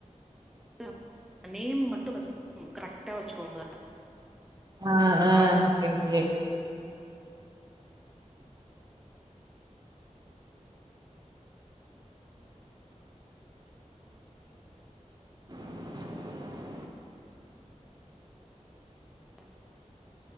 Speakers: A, in the centre; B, on the right.
A: <inaudible> நேம் மட்டு பஸ் <inaudible> கரெக்டா வச்சுக்கோங்க
B: அ அ
A: ஆதார்
B: ஓகே ஓகே <inaudible> <inaudible>
A: <inaudible>